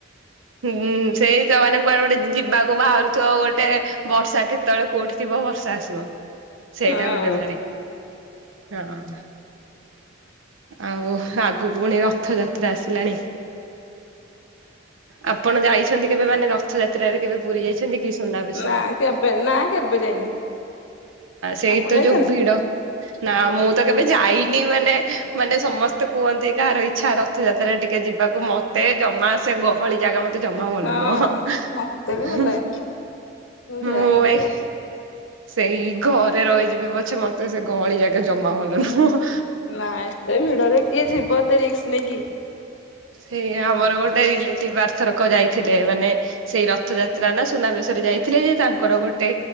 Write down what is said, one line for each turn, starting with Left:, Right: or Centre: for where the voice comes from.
Right: ହୁଁ ସେଇ ତ ମେ କୁଆଡେ ଗୋଟିଏ ଯିବାକୁ ବାହାରୁଥିବ ଗୋଟିଏ ବର୍ଷା କେତେବେଳେ କୋଉଠି ଥିବ ବର୍ଷା ଆସିବ ସେଇଟା
Left: ହଁ
Right: ଗୋଟିଏ ଭାରି ହଁ। ଆଉ ଆଗକୁ ପୁଣି ରଥଯାତ୍ରା ଆସିଲାଣି। ଆପଣ ଯାଇଛନ୍ତି କେବେ ମାନେ ରଥଯାତ୍ରାରେ ବି କେବେ ପୁରୀ ଯାଇଛନ୍ତି କି ସୁନା ବେଶ
Left: ନା କେବେ ନା କେବେ ଯାଇନି
Right: ସେଇତ
Left: ଆପଣ ଯାଇଛନ୍ତି
Right: ଯୋଉ ଭିଡ ନା ମୁଁ ତ କେବେ ଯାଇନି ମାନେ ମାନେ ସମସ୍ତେ କୁହନ୍ତି କାହାର ଇଛା ର ରଥଯାତ୍ରାରେ ଟିକିଏ ଯିବାକୁ ମତେ ଜମା ସେ ଗହଳି ଜାଗା ମତେ ମତେ ଜମା ଭଲ
Left: ହଁ
Right: ନୁହଁ
Left: ମତେ ବି ଭଲ ଲାଗେନି
Right: ମୁଁ
Left: ଯାଏନି ସେଥିପାଇଁ
Right: ଭାଇ ସେଇ ଘରେ ରହିଯିବି ପଛେ ମତେ ସେ ଗହଳି ଯାକା ଜମା ଭଲ ନୁହଁ।
Left: ନା ଏତେ ଭିଡରେ କିଏ ଯିବ ଏତେ ରିକ୍ସ ନେଇକି
Right: ସେଇ ଆମର ଗୋଟିଏରିଲେଟିଭ ପାର୍ଥକ ଯାଇଥିଲେ ମାନେ ସେଇ ରଥ ଯାତ୍ରା ନା ସୁନାବେଶରେ ଯାଇଥିଲେ ଯେ ତାଙ୍କର ଗୋଟେ